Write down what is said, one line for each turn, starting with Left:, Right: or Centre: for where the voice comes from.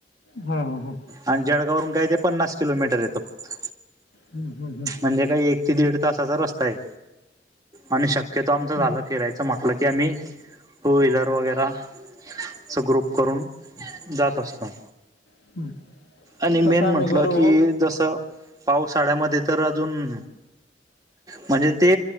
Left: हम, हम, हम!
Right: आणि जळगाववरून काय ते पन्नास किलोमीटर येतं फक्त.
Left: हम्म, हम्, हम्म.
Right: म्हणजे काही एक ते दीड तासाचा रस्ता आहे. आणि शक्यतो आमच झालं
Left: हां,
Right: फिरायचं. असं म्हटलं की आम्ही टू व्हीलर वगैरा अस ग्रुप करून जात असतो.
Left: <unintelligible>
Right: आणि मेन
Left: आम्ही
Right: म्हटलं
Left: गुरु
Right: की जसं पावसाळ्यामध्ये तर अजून म्हणजे ते